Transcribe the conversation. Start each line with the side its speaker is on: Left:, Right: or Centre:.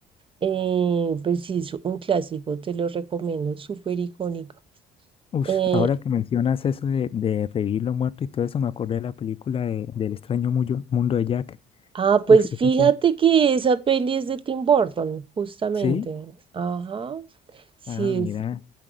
Right: Eh, pues sí, es un clásico, te lo recomiendo, súper icónico.
Left: Ush,
Right: Eh,
Left: ahora que mencionas eso de, de revivir lo muerto y todo eso, me acordé de la película de- del extraño muyo- mundo de Jack.
Right: ah,
Left: Ush,
Right: pues fíjate
Left: esa,
Right: que esa peli es de Tim Burton, justamente.
Left: Sí,
Right: Ajá, sí,
Left: ah, mira,